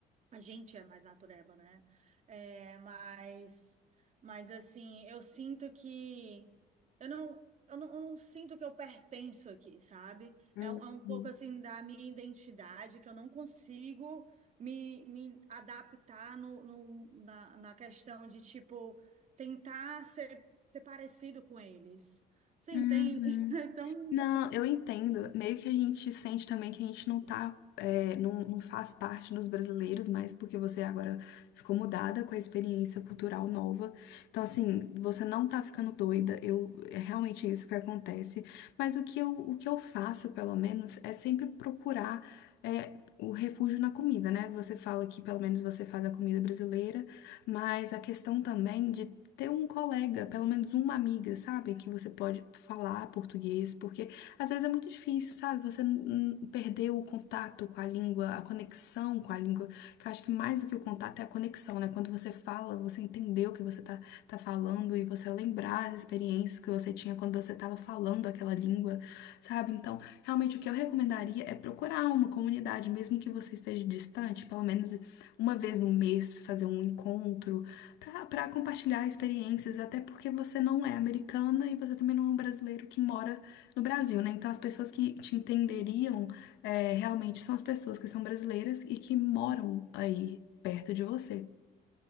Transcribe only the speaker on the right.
A gente é mais natureba, né? É, mas, mas assim, eu sinto que eu não, eu não, eu não sinto que eu pertenço aqui, sabe?
É, um é um pouco assim da minha identidade que eu não consigo me, me adaptar no, no- na, na questão de tipo tentar ser, ser parecido com eles. Você
entende? <laughs> É tão.
compl-